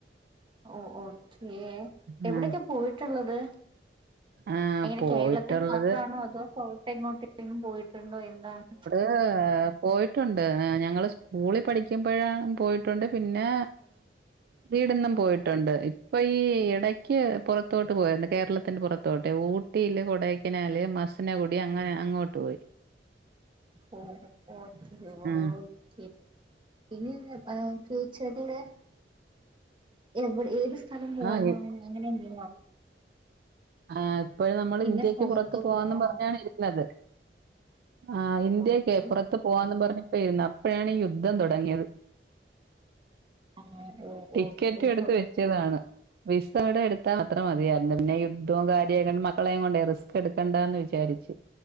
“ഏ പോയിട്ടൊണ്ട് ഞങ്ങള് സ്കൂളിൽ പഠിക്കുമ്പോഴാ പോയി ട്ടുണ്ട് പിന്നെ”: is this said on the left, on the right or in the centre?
Right